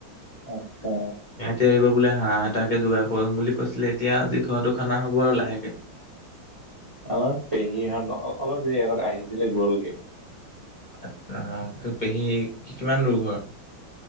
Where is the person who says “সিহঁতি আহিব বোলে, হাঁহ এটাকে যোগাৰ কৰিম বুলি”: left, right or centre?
Left